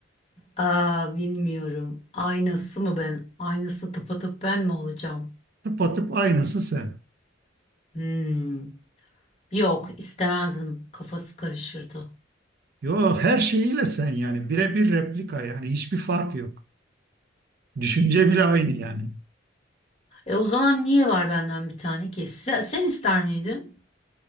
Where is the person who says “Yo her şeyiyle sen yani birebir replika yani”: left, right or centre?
Right